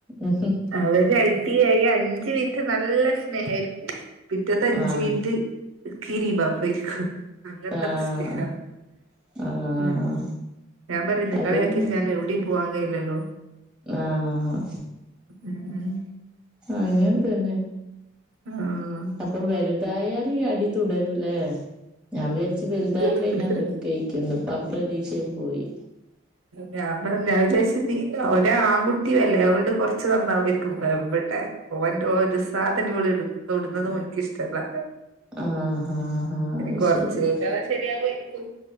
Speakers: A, in the centre; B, on the right (about 80°).
A: ഉം
B: അവര് അടിയായി അഞ്ചു മിനിറ്റ് നല്ല സ്നേഹ പിറ്റത്തെ അഞ്ചു
A: ആഹ്
B: മിനിറ്റ് <unintelligible> അങ്ങനത്തെ
A: ആഹ്.
B: അവസ്ഥയാ
A: ആഹ്
B: ഉം ഞാൻ പറയും നിങ്ങളെ
A: അതന്നെ
B: ആക്കിട്ട് ഞാൻ എവിടെയും പോവാൻ കഴിയില്ലല്ലോ
A: ആഹ്
B: ഉം
A: അങ്ങനെ തന്നെ
B: ആഹ്
A: അപ്പൊ വലുതായാലും ഈ അടി തുടരൂല്ലേ ഞാൻ വിചാരിച്ചു വലുതായി
B: തുടരും.
A: കഴിഞ്ഞാ നിക്കയിരിക്കുന്നു ഇപ്പൊ ആ പ്രതീക്ഷയും പോയി
B: ഞാൻ പറഞ്ഞ് ഞാൻ വിചാരിച്ച് നീ ഒരു ആൺകുട്ടി അല്ലേ അതൊണ്ട് കൊറച്ച്ു നന്നാവരിക്കുംവരും ട്ടെ ഓന്റെ ഒരു സാധന ഇവിള ഇ ഇടുന്നതും ക്കിഷ്ടല്ല
A: ആഹ് ഹാ ഹാ
B: എനി
A: അത്
B: കൊറച്ച്
A: ശരി
B: കഴിഞ്ഞാ ശരിയാകായിരി ക്കും